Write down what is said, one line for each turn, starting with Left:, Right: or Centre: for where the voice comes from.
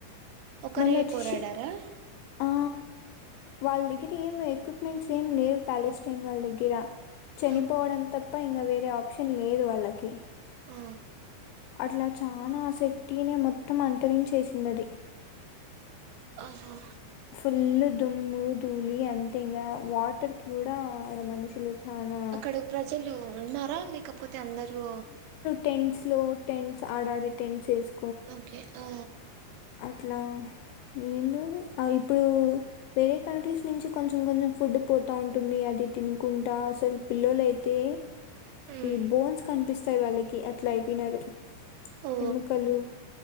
Right: ఒకరే
Left: మళ్ళచి
Right: పోరాడారా
Left: ఆ వాళ్ళ దగ్గర ఏం ఎక్విప్మెంట్స్ ఏమి లేవు ప్యాలెస్టైన్ వాళ్ళ దగ్గర చనిపోవడం
Right: ఆ
Left: తప్ ప్ప ఇంకా వేరే ఆప్షన్ లేదు వాళ్ళకి
Right: అ
Left: అట్లా చానా శెట్టినే మొత్తం అంతరించేసింది అది
Right: ఆహా
Left: ఫుల్ దుమ్ము ధూళి అంతే ఇంకా వాటర్ కి కూడా ఆడ మనుషులు చానా
Right: అక్కడ ప్రజలు ఉన్నా ఉన్న లేకపో తె అందరూ
Left: టెన్ట్స్ లో టెన్స్ ఆడ ఆడే టెన్ట్స్ వేసు
Right: ఓకే ఆ
Left: అట్లా ఏనుో ఇప్పుడు, వేరే కంట్రీస్ నుంచి కొంచెం కొంచెం ఫుడ్ పోతూ ఉంటుంది, అది తినుకుంటా అసలు పిల్లలైతే
Right: ఉమ్
Left: ఈ బోన్స్ కనిపిస్ వస్తాయి వాళ్ళకి అట్లా అయిపోయినారు
Right: ఓ
Left: ఎముకలు